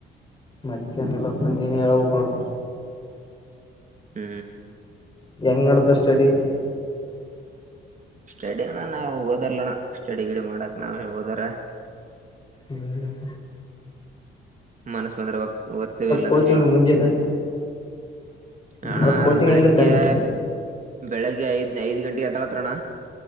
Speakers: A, on the left; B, on the right.
A: ಮತ್ತೆನೆಲ್ಲಪ್ಪ ನೀನ್ ಹೇಳಳ್ಬೇಕ ನೋಡು
B: ಹ್ಮ್
A: ಹೆಂಗ್ ನಡ್ದ ಕಷ್ಟಡಿ
B: ಸ್ಟಡಿ ಅಣ್ಣ ನಾವು ಓದಾರಣ್ಣ ಸ್ಟಡಿ ಗಿಡಿ ಮಾಡಕ್ ನಾವ್ ಓದಾರ
A: ನ ನಕ
B: ಮನಸ್ ಬಂದ್ರೆ ಒತವ ಇಲ್ಲಾ
A: ಕೋಚಿಂಗ್
B: ಅಂದ್ರಲ್ಲಾನ
A: ಮುಂಜೆಲೆ
B: ಹಣ್ಣ
A: ಅಲ್ಲ ಕೋಚಿಂಗ್
B: ಬೆಳಿಗ್ಗೆ
A: ಹೆಂಗಿತ್ತ ಅಂದೆ
B: ಬೆಳಗ್ಗೆ ಐದು ಐದು ಗಂಟೆಗೆ ಹ ತರ ತ್ರಣ